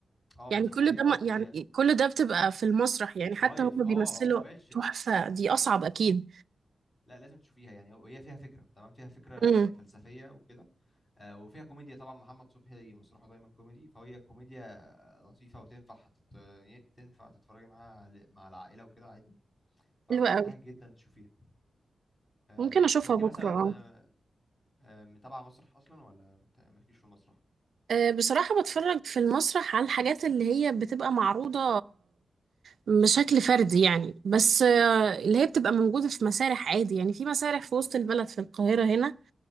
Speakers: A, on the left; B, on the right.
A: اه مسرحية
B: يعني كل ده م-
A: وهي
B: يعني كل ده بتبقى في المسرح يعني حتى
A: لايف
B: هما
A: اه
B: بيمثلوا
A: مباشر
B: تحفه دي اصعب اكيد
A: لا لازم تشوفيها يعني وهي فيها فكرة تمام فيها فكرة
B: امم
A: يعني فلسفية وكده آه وفيها كوميديا طبعا محمد صبحي مسرحه دايما كوميدي فهي كوميديا لطيفة وتنفع تت... تنفع تتفرجي معاها ل- مع العائلة وكده عادي فأنصحك
B: حلوه قوي
A: جدا تشوفيها آه
B: ممكن اشوفها
A: فأنت
B: بكره
A: مثلا
B: اه
A: آه، آه، متابعة مسرح أصلا ولا بت- مالكيش في المسرح
B: آه، بصراحه بتفرج في المسرح على الحاجات اللي هي بتبقى معروضه بشكل فردي يعني بس آه، اللي هي بتبقى موجوده في مسارح عادي يعني في مسارح في وسط البلد في القاهره هنا